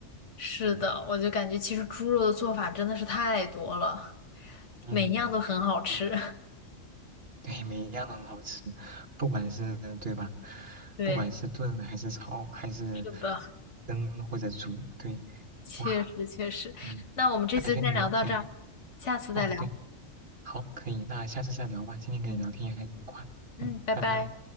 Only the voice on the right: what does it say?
嗯
嗯，
对，
对每一样都很好吃，不管是对吧？
不管是炖还是炒还是
蒸或者煮，对，
哇，嗯，
感觉你们对
哦对，好，可以，那下次再聊吧。今天跟你聊天也很愉快，
嗯，
拜拜。